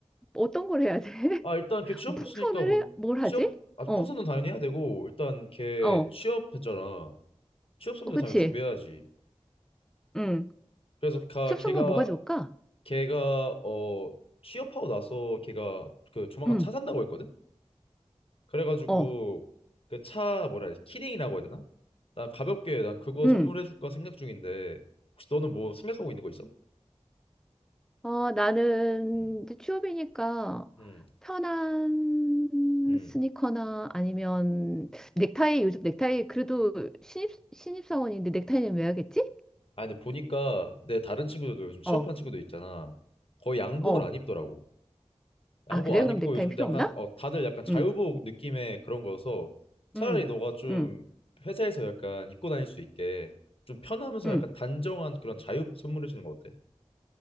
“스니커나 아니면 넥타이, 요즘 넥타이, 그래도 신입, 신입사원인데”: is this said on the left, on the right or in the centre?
Centre